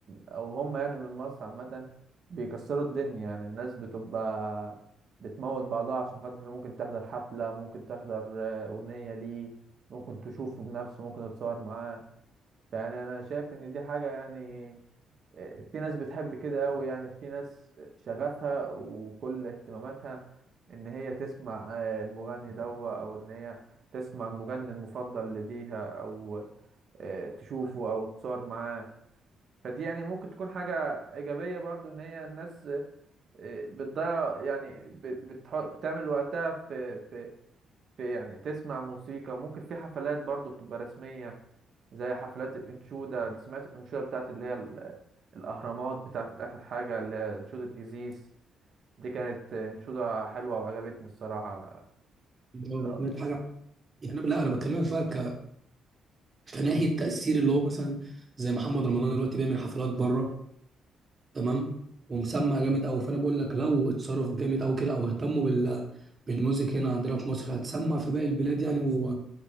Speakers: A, on the right; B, on the right.
A: او هم يعني من مصر عامة بيكسروا الدنيا يعني الناس بتبقى بتموت بعضها عشان خاطر ممكن تحضر حفلة ممكن تحضر آه، أغنية ليه ممكن تشوفه بنفسه ممكن تتصور معاه يعني انا شايف ان دي حاجة يعني آه، في ناس بتحب كده قوي يعني في ناس شغفها وكل اهتماماتها ان هي تسمع آه، المغني ده او ان هي تسمع المغني المفضل لديها او آه، تشوفه او تصور معاه فدي يعني ممكن تكون حاجة ايجابية برضو ان هي الناس آه، بتضيع يعني بتح- بتعمل وقتها في في في يعني تسمع موسيقى ممكن في حفلات برضو بتبقى رسمية زي حفلات الانشودة سمعت الانشودة بتاعت اللي هي ال- الأهرامات بتاعت آخر حاجة اللي هي انشودة إيزيس دي كانت انشودة حلوة وعجبتني الصراحة
B: لو
A: لا
B: سمعت حاجه يعني أنا- لا انا بكلمك بقى ك... كناحيه تاثير اللي هو مثلا زي محمد رمضان دلوقتي بيعمل حفلات بره تمام ومسمع جامد قوي فانا بقول لك لو اتصرف جامد قوي كده او اهتموا بال بالميوزك هنا عندنا في مصر هتسمع في باقي البلاد يعني و...